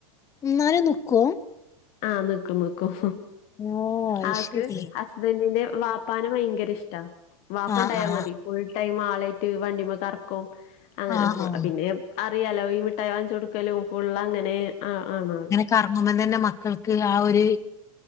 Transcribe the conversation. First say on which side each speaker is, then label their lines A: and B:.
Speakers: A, on the left; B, on the left.
A: നാലും നിക്കോ
B: ആഹ് നിക്കും നിക്കും
A: ഓഹ് അയ്ശരി.
B: ആൾക്ക് ഹസ്ബന്റിന്റെ വാപ്പാന ഭയങ്കര ഇഷ്ടാ. വാപ്പ
A: ആഹ്
B: ഇണ്ടായാൽ
A: ആഹ്
B: മതി ഫുൾ ടൈം ആളായിട്ട് വണ്ടിമ്മ കറക്കും അങ്ങനെ
A: ആഹ്
B: ഫു
A: ആഹ്
B: പിന്ന അറിയാലോ ഈ മിഠായി വാങ്ങിച്ച് കൊടുക്കലും ഫുള്ള് അങ്ങനെ ആണ് ആൾ
A: കർമ്മം തന്നെ മക്കൾക്ക് ആ ഒരു